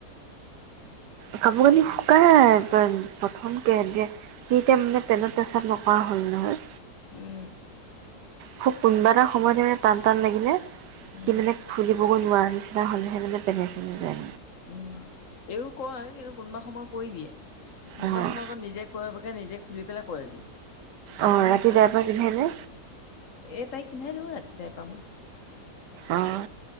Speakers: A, on the right; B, on the left.
A: কাপোৰ কানি শুকালে। প্ৰথম কে সে এতিয়া মানে পেন্টত প্ৰেচাৱ নকৰা হ'ল নহয়।
B: উম।
A: খুব কোনোবা এটা সময়ত মানে টান টান লাগিলে
B: উম
A: সি মানে ফৰি <unintelligible> নিচিনা হ'লেহে মানে <unintelligible> লাইছে
B: উম এইয়ও কয় কিন্তু কোনবা সময় কৰিব দিয়ে। ইমান
A: অ',
B: সময় আকৌ নিজে কৰিবকে নিজে খুলি পেলাই কৰে যে <unintelligible>
A: অ', ৰাতি
B: কৈ
A: ডাইপাৰ
B: দিয়ে
A: পিন্ধেনে?
B: এই তাইক পিন্ধাই দিব নেতি টাই পাম
A: আহ।